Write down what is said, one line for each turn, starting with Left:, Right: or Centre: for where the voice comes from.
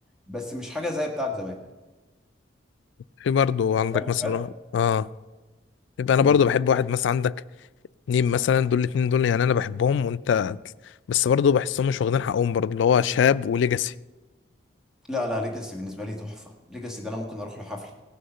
Centre: بس مش حاجة زي بتاعت زمان
Left: في برضه عندك
Centre: فاهم
Left: مثلا
Centre: الفرق؟
Left: اه يبقى انا
Centre: امم
Left: برضه بحب واحد مثلا عندك نيم مثلا دول الاتنين دول يعني انا بحبهم وانت بس برضه بحسهم مش واخدين حقهم برضه اللي هو شاب وليجاسي
Centre: لا لا ليجاسي بالنسبة لي تحفة ليجاسي ده انا ممكن اروح له حفلة